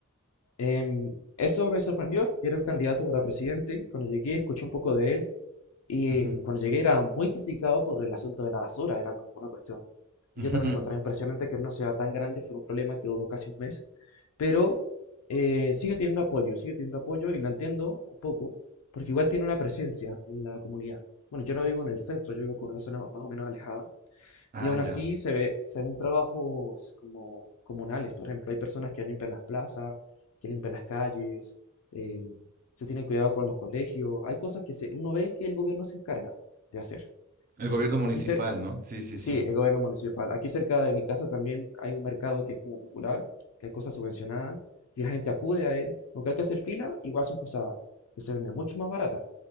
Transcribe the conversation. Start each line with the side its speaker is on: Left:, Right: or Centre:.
Left: em, eso me sorprendió, que era un candidato para presidente. Cuando llegué escuché un poco de él. Y
Right: Ujú,
Left: cuando llegué era muy criticado por el asunto de la basura, era como una cuestión. Y
Right: ujú.
Left: yo también encontraba impresionante que en una ciudad tan grande fuera un problema que duró casi un mes, pero eh, sigue teniendo apoyo, sigue teniendo apoyo y lo entiendo un poco, porque igual tiene una presencia en la comunidad. Bueno, yo no vivo en el centro, yo vivo con una zona más o menos alejada,
Right: Ah,
Left: y aún
Right: ya.
Left: así se ve, se ven trabajos como comunales. Por ejemplo, hay personas que limpian las plazas, que limpian las calles, eh, se tiene cuidado con los colegios. Hay cosas que se, uno ve que el gobierno se encarga de hacer.
Right: El
Left: Eh,
Right: gobierno municipal,
Left: aquí cer-
Right: ¿no? Sí, sí,
Left: sí,
Right: sí.
Left: el gobierno municipal. Aquí cerca de mi casa también hay un mercado que es como popular, que hay cosas subvencionadas y la gente acude a él. Aunque hay que hacer fila, igual son cosas que se venden mucho más baratas.